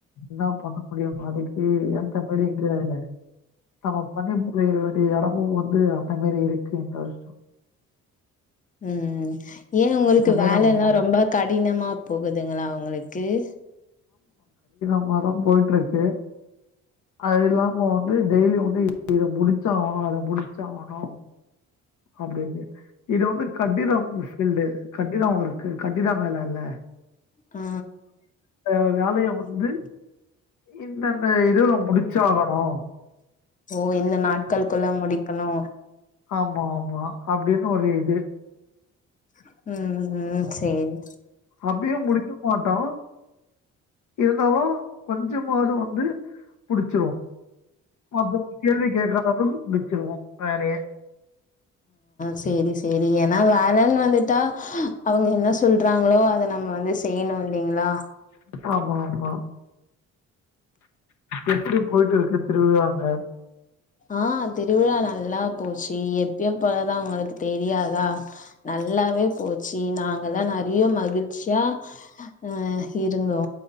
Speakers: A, on the left (about 75°); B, on the left (about 25°).
A: என்னா பண்ண முடியும் நாளைக்கு எ தம் மறுவடியு எங்க வேல நம்ம பணி புரியிற வேண்டிய எடமு வந்து அந்த மாரி இருக்கு இந்த வருஷோ
B: ம் ஏ உங்குளுக்கு
A: மாரி
B: வேலலா
A: நம்ம மா
B: ரொம்ப கடினமா போகுதுங்களா உங்குளு கேஸ்
A: சுமாரா போயிட்டுருக்கு அது இல்லாமோ வந்து டெய்லியு வந்து இத முடிச்சாவனு அத முடிச்சாவனு அப்டின்னு இது வந்து கட்டிதம் பீல்ட்டு கட்டினமா ஒர்க்கு கட்டித வேலல்லே
B: ஆ
A: ஏ வேலைய வந்து இந்தந்த இதுவுல முடிச்சாவணோ
B: ஓ இந்த நாட்கள் குள்ள முடிக்கணோ
A: ஆமா ஆமா அப்டின்னு ஒரு இது
B: ம் ம் சேரி
A: அப்டியு முடிக்க மாட்டோ இருந்தாலு கொஞ்சமாது வந்து புடிச்சிர்வோ மத்த கேள்வி கேக்காத அளவுக்கு முடிச்சிருவோ வேலையே
B: செரி செரிய ஏனா வேலன் வந்துட்டா அவுங்க என்னா சொல்றாங்களோ அத நம்ம வந்து செய்யணு இல்லிங்ளா
A: ஆமா ஆமா எப்பிடி போயிட்டுருக்கு திருவிழா அங்க
B: ஆ திருவிழா நல்லா போச்சு எப்யு போலாதா உங்களுக்கு தெரியாதா நல்லாவே போச்சு நாங்கல்லா நெறையோ மகிழ்ச்சியா அ இருந்தோ